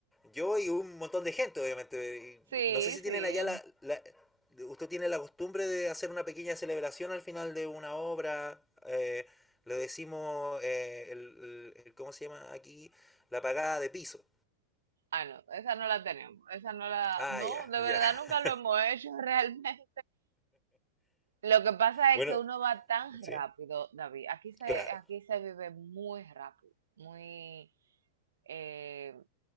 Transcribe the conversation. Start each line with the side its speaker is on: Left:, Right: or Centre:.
Centre: Yo y un montón de gente, obviamente. Y
Right: Sí,
Centre: No sé si tienen
Right: sí,
Centre: allá la... la- usted tiene la costumbre de hacer una pequeña celebración al final de una obra. eh, le decimos, eh, el, el- el- ¿cómo se llama aquí? La pagada de piso.
Right: Ah, no, esa no la tenemos, esa no la,
Centre: Ah,
Right: no,
Centre: ya,
Right: de
Centre: ya.
Right: verdad nunca
Centre: <laughs>
Right: lo hemos hecho <laughs> realmente. Lo que pasa
Centre: Bueno,
Right: es que uno va tan
Centre: sí,
Right: rápido, David. Aquí se,
Centre: claro.
Right: aquí se vive muy rápido, muy, eh,